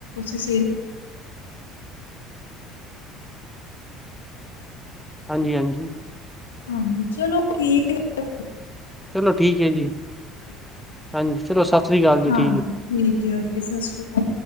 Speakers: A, on the left (about 80°); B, in the centre.
A: ਸੇਲ
B: ਹਾਂਜੀ-ਹਾਂਜੀ
A: ਹਾਂਜੀ ਚਲੋ ਠੀਕ ਹੈ
B: ਚਲੋ ਠੀਕ ਹੈ ਜੀ
A: <unintelligible>
B: ਹਾਂਜੀ ਚਲੋ ਸਸ ਸ੍ਰੀ ਕਾਲ ਜੀ
A: ਹਾਂਜੀ
B: ਠੀਕ ਐ।
A: ਠੀਕ ਹੈ ਓਕੇ ਸਸ ਸ੍ਰੀ ਕਾਲ।